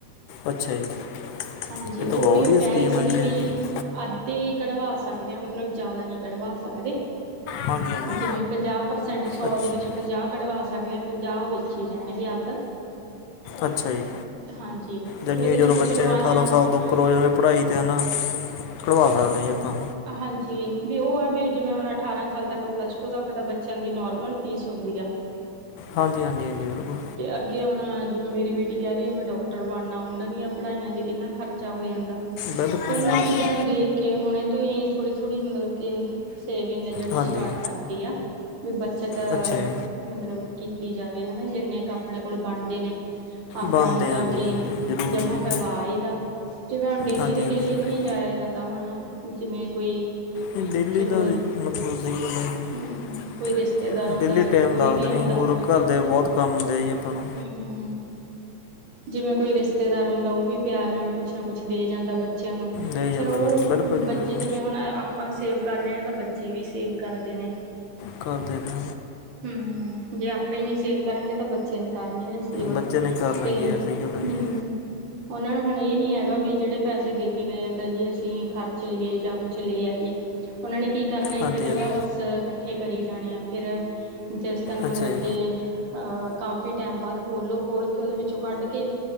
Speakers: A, on the left; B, on the right.
A: ਅੱਛਾ ਜੀ ਇਹ
B: ਹਾਂਜੀ, ਉਹ
A: ਤਾਂ ਬਹੁਤ
B: ਵੀ
A: ਵਧੀਆ
B: ਉਹ ਕਹਿ
A: ਸਕੀਮ
B: ਰਹੇ ਸੀਗੇ
A: ਹੈ ਜੀ ਇਹ
B: ਵੀ ਅੱਧੇ ਕਢਵਾ ਸਕਦੇ ਆ, ਮਤਲਬ ਜ਼ਿਆਦਾ ਨਹੀਂ ਕਢਵਾ ਸਕਦੇ।
A: ਹਾਂਜੀ ਹਾਂਜੀ
B: ਜਿਵੇਂ ਪੰਜਾਹ ਪ੍ਰਸੈਂਟ ਸੌ
A: ਅੱਛ-
B: ਦੇ ਵਿੱਚੋਂ ਪੰਜਾਹ ਕਢਵਾ ਸਕਦੇ ਹਾਂ, ਪੰਜਾਹ ਵਿੱਚ ਹੀ ਰਹਿਣਗੇ ਅੱਧ।
A: ਅੱਛਾ ਜੀ।
B: ਹਾਂਜੀ।
A: ਜਨੀ
B: ਇਹਦੇ
A: ਆ ਜਦੋਂ
B: ਵਿੱਚ
A: ਬੱਚੇ
B: ਚਲੋ
A: ਨੇ
B: ਆਏ
A: ਅਠਾਰਾਂ
B: ਆ
A: ਸਾਲ ਤੋਂ ਉੱਪਰ ਹੋ ਜਾਂ ਨੇ ਪੜ੍ਹਾਈ 'ਤੇ ਹੈਨਾ ਕਢਵਾ ਸਕਦੇ ਆ ਜੀ, ਆਪਾਂ।
B: ਹਾਂਜੀ, ਵੀ ਉਹ ਆ ਵੀ ਜਿਵੇਂ ਹੁਣ ਅਠਾਰਾਂ ਸਾਲ ਤੱਕ ਪਲੱਸ ਟੂ ਤੱਕ ਤਾਂ ਬੱਚਿਆਂ ਦੀ ਨੋਰਮਲ ਫੀਸ ਹੁੰਦੀ ਆ।
A: ਹਾਂਜੀ, ਹਾਂਜੀ, ਹਾਂਜੀ, ਬਿਲਕੁਲ।
B: ਅਤੇ ਅੱਗੇ ਹੁਣ ਜਿਵੇਂ ਮੇਰੀ ਬੇਟੀ ਕਹਿ ਰਹੀ ਆ। ਮੈਂ ਡੋਕਟਰ ਬਣਨਾ। ਉਹਨਾਂ ਦੀਆਂ ਪੜ੍ਹਾਈਆਂ 'ਤੇ ਕਿੰਨਾ ਖਰਚਾ ਹੋ ਜਾਂਦਾ।
A: ਬਿਲਕੁਲ
B: ਇਹਨਾਂ
A: ਹਾਂਜੀ
B: ਚੀਜ਼ਾਂ ਨੂੰ ਦੇਖ ਕੇ, ਹੁਣੇ ਤੋਂ ਹੀ ਥੋੜੀ ਥੋੜ੍ਹੀ ਮਤਲਬ ਕੇ ਸੇਵਿੰਗ ਹੈ ਜਿਹੜੀ
A: ਹਾਂਜੀ
B: ਸਟਾਰਟ ਕਰਤੀ ਆ, ਵੀ ਬੱਚਤ
A: ਅੱਛਾ ਜੀ
B: ਮਤਲਬ ਕੀਤੀ ਜਾਵੇ ਹਨਾ, ਜਿੰਨੇ ਕਾ ਆਪਣੇ ਕੋਲ ਬਣਦੇ ਨੇ। ਆਪਾਂ
A: ਬਣਦੇ
B: ਜਾ
A: ਹਾਂਜੀ
B: ਕੇ
A: ਹਾਂਜੀ ਜ਼ਰੂਰ
B: ਜਮ੍ਹਾਂ
A: ਜੀ ਹਾਂਜੀ
B: ਕਰਵਾ ਆਈ ਦਾ, ਜਿਵੇਂ ਹੁਣ ਡੇਲੀ
A: ਹਾਂਜੀ
B: ਦੀ ਡੇਲੀ
A: ਨਹੀਂ
B: ਵੀ ਨੀ ਜਾਇਆ ਜਾਂਦਾ, ਹੁਣ ਜਿਵੇਂ ਕੋਈ
A: ਨਹੀਂ ਡੇਲੀ
B: ਚਲੋ
A: ਦਾ ਮਤਲਬ ਸਹੀ ਗੱਲ ਐ।
B: ਹੂੰ ਕੋਈ ਰਿਸ਼ਤੇਦਾਰ ਆਉਂਦਾ
A: ਡੇਲੀ
B: ਜਾਂ
A: ਟਾਈਮ
B: ਕੋਈ
A: ਲੱਗਦਾ
B: ਵੀ
A: ਨੀ,
B: ਆਉਂਦਾ
A: ਹੋਰ ਘਰ ਦੇ ਬਹੁਤ ਕੰਮ ਹੁੰਦੇ ਜੀ ਆਪਾਂ ਨੂੰ।
B: ਹੂੰ, ਜਿਵੇਂ ਕੋਈ ਰਿਸ਼ਤੇਦਾਰ ਆਉਂਦਾ, ਉਹ ਵੀ ਪਿਆਰ ਨਾਲ ਕੁਛ ਨਾ ਕੁਛ ਦੇ ਜਾਂਦਾ ਬੱ ਚਿਆਂ ਨੂੰ,
A: ਲੈ ਜਾਂਦਾ
B: ਫਿਰ ਉਹ
A: ਬਿਲਕੁਲ ਬਿਲਕੁਲ ਜੀ ਬਿਲਕੁਲ
B: ਬੱਚੇ ਜਿਵੇਂ ਹੁਣ ਆਪਾਂ ਸੇਵ ਕਰ ਰਹੇ ਆ, ਤਾਂ ਬੱਚੇ ਵੀ ਸੇਵ ਕਰਦੇ ਨੇ।
A: ਕਰਦੇ ਨੇ
B: ਹੂੰ, ਜੇ ਆਪਾਂ ਹੀ ਨਈ ਸੇਵ ਕਰਾਂਗੇ ਤਾਂ ਬੱਚੇ ਨੇ ਕਰਨੇ ਸੇਵਾ
A: ਬੱਚੇ ਨੇ ਕਰਨਾ
B: ਤੇ,
A: ਕੀ ਹੈ ਸਹੀ ਗੱਲ ਹੈ ਜੀ।
B: ਹੂੰ ਉਹਨਾਂ ਨੂੰ ਹੁਣ ਇਹ ਨੀ ਹੈਗਾ ਵੀ ਜਿਹੜੇ ਪੈਸੇ ਦੇ ਕੇ ਗਏ ਆ‌। ਤਾਂ ਜੀ ਅਸੀਂ ਖਰਚ ਲਈਏ ਜਾਂ ਕੁਛ ਲੈ ਆਈਏ, ਉਹਨਾਂ ਨੇ ਕੀ ਕਰਨਾ ਇੱਕ
A: ਹਾਂਜੀ
B: ਜਗ੍ਹਾ
A: ਹਾਂਜੀ
B: ਬਸ ਬਸ ਇਕੱਠੇ ਕਰੀ ਜਾਣੇ ਆ, ਫਿਰ ਜਿਸ ਦਿਨ ਮਤਲਬ
A: ਅੱਛਾ ਜੀ
B: ਕਿ ਅ ਕਾਫ਼ੀ ਟਾਈਮ ਬਾਅਦ ਖੋਲ੍ਹੋ, ਖੋਲ ਕੇ ਉਹਦੇ ਵਿੱਚੋਂ ਕੱਢ ਕੇ